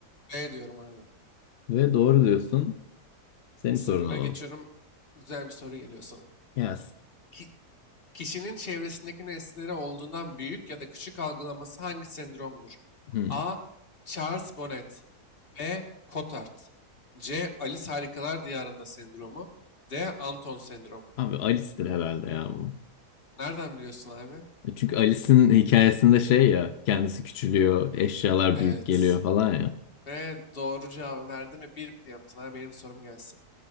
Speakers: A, on the left (about 40°); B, on the left (about 65°).
A: B diyorum abi.
B: Ve doğru diyorsun. Senin
A: Bir
B: sorunu
A: sıfır öne
B: alalım.
A: geçiyorum. Güzel bir soru geliyor sana.
B: Yes.
A: Ki- kişinin çevresindeki nesneleri olduğundan büyük ya da küçük algılaması hangi sendromdur?
B: Hmm.
A: A. Charles Bonnet B. Cotard C. Alice Harikalar Diyarında sendromu D. Anton sendromu
B: Abi Alice'tir herhalde ya bu.
A: Nereden biliyorsun abi?
B: E, Çünkü Alice'in hikayesinde şey ya kendisi küçülüyor, eşyalar
A: Evet.
B: büyük geliyor falan ya.
A: Ve doğru cevabı verdin ve bir bir yaptın. Ha, benim sorum gelsin.